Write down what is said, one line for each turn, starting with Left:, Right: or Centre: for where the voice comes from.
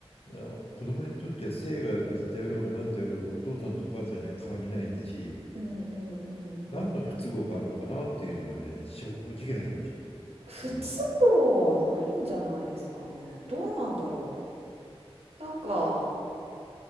Left: あ子供にとっては姓が別であろうが何であろうがお父さんとお母さんには変わりないんだし、
Right: うんうんうんうん。
Left: 何の不都合があるのかなっていうのがね、正直な気持ち。
Right: 不都合はないんじゃないですかね。
Left: うん
Right: どうなんだろう。なんか、